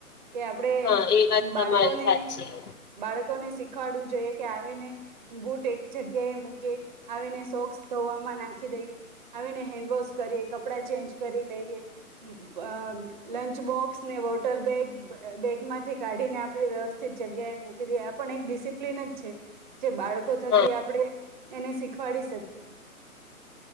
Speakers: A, on the right (about 35°); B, on the left (about 85°).
A: કે આપડે
B: હા એ વાત તમારી
A: બાળકોને
B: સાચી
A: બાળકોને શી સીખાડવુ જોઈએ કે આવીને બૂટ એક જગ્યાએ મૂકી આવીને સોક્સ ધોવામાં નાખી દઈએ આવીને હેન્ડવોશ કરીએ કપડા ચેન્જ કરી લઈએ લંચ બોક્સને ટલ બેગ બેગ માંથી કાઢીને આપણે વ્યવસ્થિત જગ્યાએ મૂકી દઈએ પણ એક ડિસિપ્લિન જ છે જે બાળકો થકી
B: હા
A: આપણેે એને શીખવાડી શકીએ